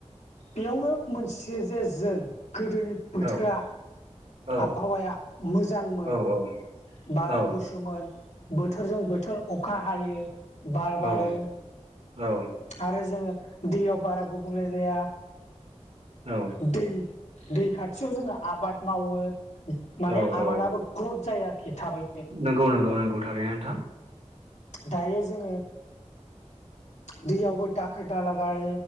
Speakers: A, on the left (about 80°); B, on the right (about 60°).
A: बेयावनो मोनथियो जे जों गोदोनि बोथोरा
B: औ औ
A: आबहावाया मोजांमोन
B: औ
A: बारा
B: औ
A: गुसोन बोथोरजों बोथोर अखा हायो बार
B: औ
A: बारो
B: औ
A: आरो जोङो दैयाव बारा गुबुंले जाया
B: औ
A: दै दै खाथियाव जोङो आबाद मावो माने
B: औ
A: आबादाबो
B: औ
A: ग्रथ जायो आरोखि थाबै
B: नंगौ नंगौ नंगौ थारैनो नोंथां
A: दायो जोङो दैयावबो दाखोर दाला गारो